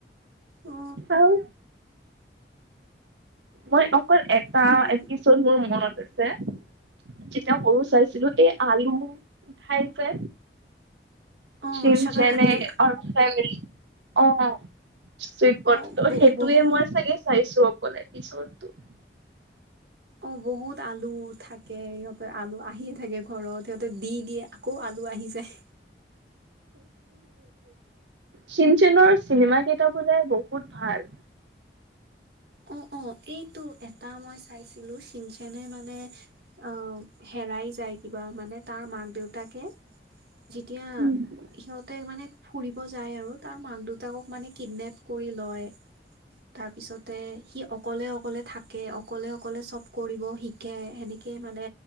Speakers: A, on the right; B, on the right.
A: অ
B: আৰু মই অকল এটা
A: কিন্তু
B: এপিছড মোৰ মনত আছে যেতিয়া সৰু চাইছিলো এই আৰিম উঠাই যে
A: অ
B: শিৱজেনে
A: শাকাৰকান্দি
B: আৰু ফেমি অ চুইট প
A: অ
B: সেইটোয়ে
A: বহুত
B: মই চাগে চাইছো অকলে পিছতো
A: অ বহুত আলু থাকে সিহঁতে আলু আহিয়ে থাকে ঘৰত সিহঁতে দি দিয়ে আকৌ আলু ল আহি যায়
B: চিিনচেনৰ চিনেমা কেইটা বোলে বহুত ভাল
A: অ', অ এইটো এটা মই চাইছিলো চংচেনে মানে অ হেৰাই যায় কিবা মানে তাৰ মাক দেউতাকে যেতিয়া
B: ভাল।
A: সিহঁতে মানে ফুৰিব যায় আৰু তাৰ মাক দুত উতাকক মানে কিডনেপ কৰি লয় তাৰপিছতে সি অকলে অকলে থাকে অকলে অকলে চব কৰিব শিকে সেনেকেই মানে